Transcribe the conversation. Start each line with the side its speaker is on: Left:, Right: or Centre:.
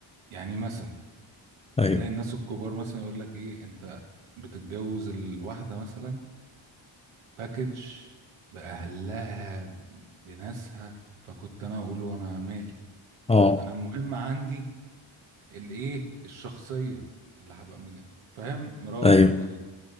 Right: يعني مثلا
Left: ايوه
Right: تلاقي الناس الكبار مثلا يقول لك ايه انت بتتجوز الواحدة مثلا باكج بأهلها بناسها فكنت انا اقول وانا مالي
Left: اه
Right: انا المهم عندي الايه الشخصية اللي هبقى مج... فاهم مراتي
Left: ايوه
Right: ولا